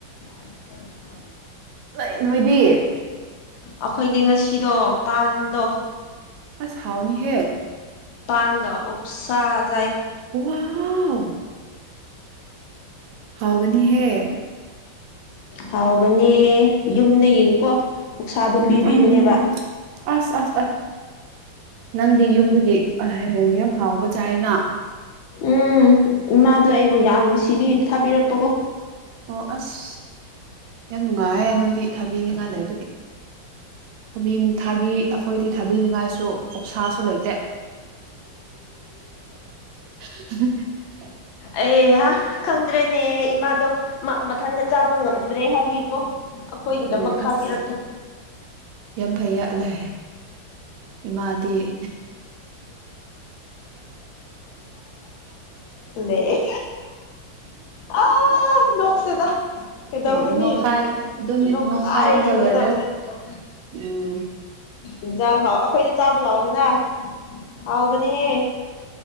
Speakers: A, on the left (about 80°); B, on the right (about 80°).
A: <unintelligible>
B: ꯂꯩ ꯅꯣꯏꯗꯤ
A: ꯑꯩꯈꯣꯏꯗꯤ ꯉꯁꯤꯗꯣ ꯄꯥꯟꯗꯣ
B: ꯑꯁ ꯍꯥꯎꯅꯤ ꯍꯦ
A: ꯄꯥꯟꯒꯥ ꯑꯣꯛꯁ ꯖ
B: ꯋꯥꯎ ꯍꯥꯎꯒꯅꯤꯍꯦ
A: ꯍꯥꯎꯒꯅꯤ ꯌꯨꯝꯗꯒꯤꯀꯣ ꯑꯣꯛꯁꯥꯗꯣ
B: ꯎꯝ
A: ꯄꯤꯕꯤꯕꯅꯦꯕ
B: ꯎꯝ ꯑꯁ ꯑꯁ ꯑꯁ ꯅꯪꯗꯤ ꯌꯨꯝꯕꯨꯗꯤ ꯌꯥꯝ ꯍꯥꯎꯕ ꯆꯥꯏꯅ
A: ꯎꯝ ꯏꯃꯥꯗꯣ ꯑꯩꯕꯨ ꯌꯥꯝ ꯅꯨꯡꯁꯤꯕꯤ ꯊꯥꯕꯤꯔꯛꯄꯀꯣ
B: ꯑꯣ ꯑꯁ ꯌꯥꯝ ꯅꯨꯡꯉꯥꯏꯔꯦ ꯅꯣꯏꯗꯤ ꯊꯥꯕꯤꯅꯤꯡꯉꯥꯏ ꯂꯩꯕꯒꯤ ꯊꯕꯤ ꯊꯥꯕꯤ ꯑꯩꯈꯣꯏꯗꯤ ꯊꯥꯕꯤꯅꯤꯡꯉꯥꯏꯁꯨ ꯑꯣꯛꯁꯥꯁꯨ ꯂꯩꯇꯦ <unintelligible>
A: ꯑꯩ ꯍꯤ ꯈꯪꯗ꯭ꯔꯦꯅꯦ ꯏꯃꯥꯗꯣ ꯃꯥ ꯃꯊꯟꯇ ꯆꯥꯕ ꯉꯝꯗ꯭ꯔꯦ ꯍꯥꯏꯕꯤꯒꯤꯀꯣ ꯑꯩꯈꯣꯏꯒꯤꯗꯃꯛ
B: ꯑꯣ
A: ꯊꯥꯕꯤꯔꯛꯄꯅꯦ
B: ꯑꯁ ꯌꯥꯝ ꯐꯩꯌꯦ ꯂꯩ ꯏꯃꯥꯗꯤ <unintelligible> <unintelligible>
A: ꯂꯩ ꯑ ꯅꯣꯛꯁꯤꯗ ꯀꯩꯗꯧꯒꯅꯤ
B: ꯍꯦ ꯅꯣꯈꯥꯏ ꯑꯗꯨꯅꯤ
A: ꯅꯣꯛꯈꯥꯏꯔ
B: ꯅꯣꯈꯥꯏꯕꯅ
A: ꯍꯤꯡꯒꯗꯕꯅꯦ
B: ꯂꯣꯏꯔꯦ ꯎꯝ
A: ꯏꯟꯁꯥꯡ ꯍꯥꯎ ꯑꯩꯈꯣꯏꯗ ꯆꯥꯕ ꯂꯥꯎꯑꯣꯗꯅ ꯍꯥꯎꯕꯅꯦꯍꯦ